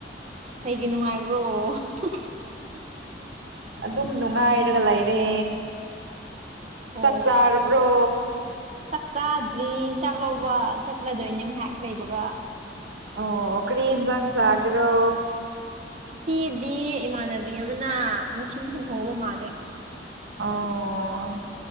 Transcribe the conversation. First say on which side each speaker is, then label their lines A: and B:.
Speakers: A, on the right; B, on the right.
A: ꯀꯩꯒꯤ ꯅꯨꯡꯉꯥꯏꯕ꯭ꯔꯣ <unintelligible>
B: ꯑꯗꯨꯝ ꯅꯨꯡꯉꯥꯏꯔꯒ ꯂꯩꯔꯦ
A: ꯑꯣ
B: ꯆꯥꯛ ꯆꯥꯔꯕ꯭ꯔꯣ
A: ꯆꯥꯛ ꯆꯥꯗ꯭ꯔꯤ ꯆꯥꯛ ꯂꯧꯕ ꯆꯠꯂꯗꯣꯏꯅꯦ ꯉ꯭ꯍꯥꯛ ꯂꯩꯕꯒꯥ
B: ꯑꯣ ꯀꯔꯤ ꯍꯤꯟꯖꯥꯡ ꯆꯥꯒꯦꯔꯣ
A: ꯉꯁꯤꯗꯤ ꯏꯃꯥꯟꯅꯕꯤ ꯑꯃꯅꯥ ꯃꯁ꯭ꯔꯨꯝ ꯊꯣꯡꯍꯧꯕ ꯃꯥꯜꯂꯦ
B: ꯑꯣ